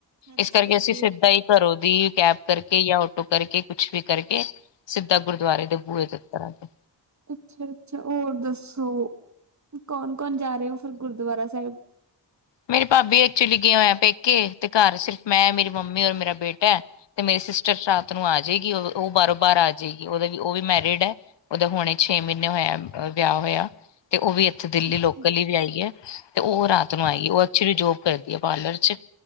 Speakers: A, on the right; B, on the left.
A: ਹਾਂਜੀ-ਹਾਂਜੀ
B: ਇਸ ਕਰਕੇ ਅਸੀਂ ਸਿੱਧਾ
A: ਇਹ ਤਾਂ
B: ਹੀ ਘਰੋਂ ਦੀ ਕੈਬ ਕਰਕੇ ਜਾਂ ਆਟੋ ਕਰਕੇ ਕੁਛ ਵੀ ਕਰਕੇ, ਸਿੱਧਾ ਗੁਰਦੁਆਰੇ ਦੇ ਬੂਹੇ ਤੇ ਉੱਤਰਾਗੇ।
A: ਅੱਛਾ -ਅੱਛਾ ਹੋਰ ਦੱਸੋ? ਕੌਣ- ਕੌਣ ਜਾ ਰਹੇ ਹੋ ਫਿਰ ਗੁਰਦੁਆਰਾ ਸਾਹਿਬ?
B: ਮੇਰੀ ਭਾਬੀ ਐਕਚੁਲੀ ਗਏ ਹੋਏ ਹੈ ਪੇਕੇ। ਤੇ ਘਰ ਸਿਰਫ਼ ਮੈਂ, ਮੇਰੀ ਮੰਮੀ ਔਰ ਮੇਰਾ ਬੇਟਾ ਤੇ ਮੇਰੀ ਸਿਸਟਰ ਰਾਤ ਨੂੰ ਆ ਜਾਏਗੀ ਉਹ ਬਾਰੋਂ- ਬਾਰ ਆ ਜਾਏਗੀ ਉਹਦਾ ਉਹ ਵੀ ਮੈਰਿਡ ਹੈ। ਉਹਦੇ ਹੁਣੇ ਛੇ ਮਹੀਨੇ ਹੋਇਆ ਵਿਆਹ ਹੋਇਆ। ਤੇ ਉਹ ਵੀ ਇੱਥੇ ਦਿੱਲੀ
A: ਅੱਛਾ
B: ਲੋਕਲ ਹੀ ਵਿਆਹੀ ਹੈ ਤੇ ਉਹ ਰਾਤ ਨੂੰ ਆਏਗੀ। ਉਹ ਐਕਚਲ ਜੋਬ ਕਰਦੀ ਹੈ ਪਾਰਲਰ' ਚ।